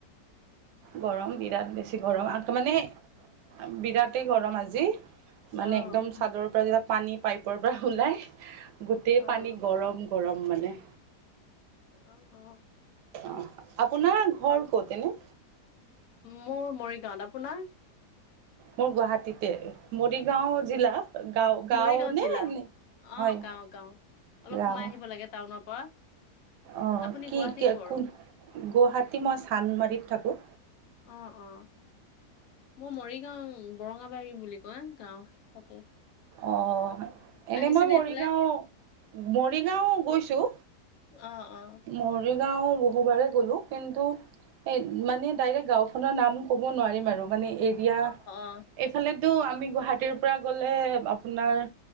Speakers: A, on the right; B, on the left.
A: গৰম, বিৰাট বেছি গৰম, আৰু তাৰ মানে বিৰাটেই গৰম আজি,
B: অ',
A: মানে একদম চাদৰৰ পৰা পানী পাইপৰ পৰা ওলাই, গোটেই
B: অ',
A: পানী গৰম গৰম মানে।
B: অ', অ'।
A: অ' আপোনাৰ ঘৰ ক'ত এনে?
B: মোৰ মৰিগাঁৱত, আপোনাৰ?
A: মোৰ গুৱাহাটীতে, মৰিগাঁও জিলা গাঁও গাঁও
B: মৰিগাঁও
A: নে
B: জিলা
A: নে হয়
B: অ' গাওঁ, গাওঁ অলপ
A: গাঁও
B: সোমাই আহিব লাগে টাউনৰ পৰা।
A: অ',
B: আপুনি
A: কি
B: গুৱাহাটী ক'ৰ?
A: কোন, গুৱাহাটী মই চান্দমাৰীত থাকোঁ।
B: অ', অ', মোৰ মৰিগাঁও, বৰঙাবাৰী বুলি কয়, গাওঁ তাতে।
A: অঁ। এনেই
B: আহিছেনে
A: মই মৰিগাঁও,
B: এইফালে?
A: মৰিগাঁও গৈছোঁ।
B: অ', অ',
A: মৰিগাঁও বহুবাৰে গ'লোঁ, কিন্তু এই মানে ডাইৰেক্ট গাঁওখনৰ নাম ক'ব নোৱাৰিম আৰু, মানে এৰিয়া
B: অ', অ',
A: এইফালেটো আমি গুৱাহাটীৰ পৰা গ'লে আপোনাৰ,